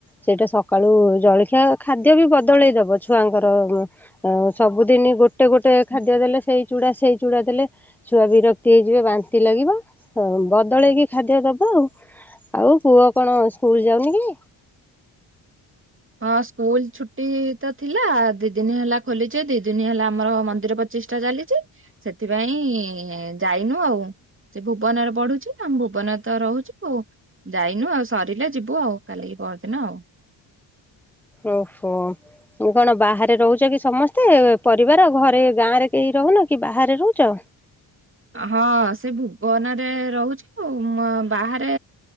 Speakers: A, in the centre; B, on the right.
A: ସେଇଟା ସକାଳୁ ଜଳଖିଆ ଖାଦ୍ୟ ବି ବଦଳେଇ ଦବ ଛୁଆଙ୍କର ଆଉ ସବୁଦିନି ଗୋଟେ ଗୋଟେ ଖାଦ୍ୟ
B: ହଁ।
A: ଦେଲେ ସେଇଚୁଡା ସେଇଚୁଡା ଦେଲେ ଛୁଆ ବିରକ୍ତି ହେଇଯିବେ ବାନ୍ତି ଲାଗିବ ହଁ ବଦଳେଇକି ଖାଦ୍ୟ ଦବଆଉ। ଆଉ ପୁଅ କଣ ସ୍କୁଲ ଯାଉନି କି?
B: ହଁ ସ୍କୁଲ ଛୁଟି ତ ଥିଲା ଦି ଦିନ ହେଲା ଖୋଲିଛି ଦି ଦିନ ହେଲା ଆମର ମନ୍ଦିର ପ ଚେଷ୍ଟା ଚାଲିଛି ସେଥିପାଇଁ ଯାଇନୁ ଆଉ, ସେ ଭୁବନର ବଢୁଛି ଆମେ ଭୁବନରେ ତ ରହୁଛୁ, ଯାଇନୁ ଆଉ ସରିଲେ ଯିବୁ ଆଉ କାଲିି କି ପରଦିନ ଆଉ
A: ଓହୋ କଣ ବାହାରେ ରହୁଛ କି ସମସ୍ତେ ପରିବାର ଘରେ ଗାଁରେ କେହି ରହୁନ କି ବାହାରେ ରହୁଛ,
B: ହଁ ସେ ଭୁବନରେ ରହୁଛୁ ମ ବାହାରେ